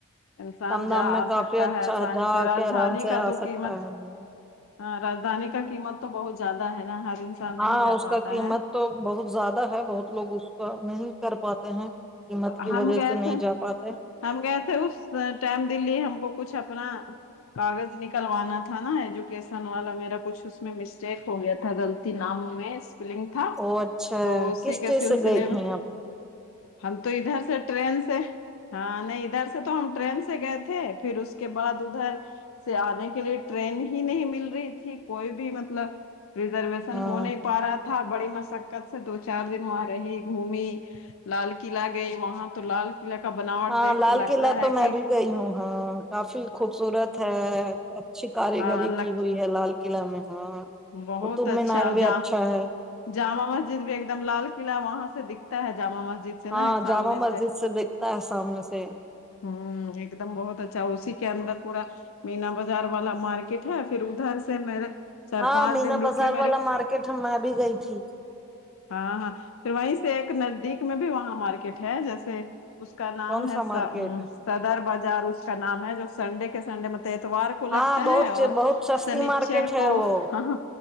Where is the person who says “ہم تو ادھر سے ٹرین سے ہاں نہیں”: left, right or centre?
Left